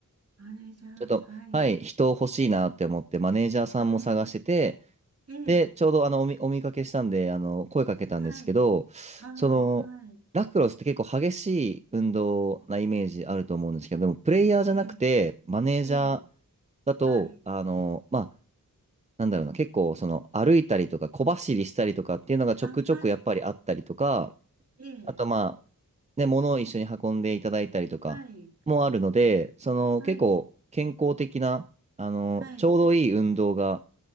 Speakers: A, on the right (about 45°); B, on the right (about 20°).
A: マネージャー。
B: ちょっと、
A: はい。
B: はい、人欲しいなって思って、マネージャーさんも探してて、
A: ああ。ええ。
B: で、ちょうどあのお見、お見かけしたんで、あの、声かけたんですけど、
A: はい。ああ、
B: その、
A: はい。
B: ラクロスって結構激しい運動なイメージあると思うんですけど、でもプレイヤーじゃなくて、
A: ええ。
B: マネージャー
A: ええ。
B: だと、
A: はい。
B: あの、まあ、なんだろうな、結構その歩いたりとか小走りしたりとかっていうのがちょくちょくやっぱりあったりとか、
A: あ、はい。ええ。
B: あとまあ、ね、物を一緒に運んでいただいたりとかもあるので、
A: はい。
B: その結構健康的な、
A: はい。
B: あの、
A: はい。
B: ちょうどいい運動が